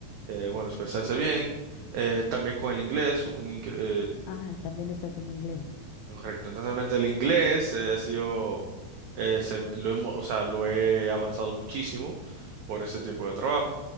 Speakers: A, on the right; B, on the left.
A: eh, bueno, expresarse bien, eh, también con el inglés, un, incre- eh,
B: Ah, también estás en inglés.
A: correcto, entonces realmente el inglés eh, ha sido, eh, se- lo hemos, o sea, lo he avanzado muchísimo por ese tipo de trabajo,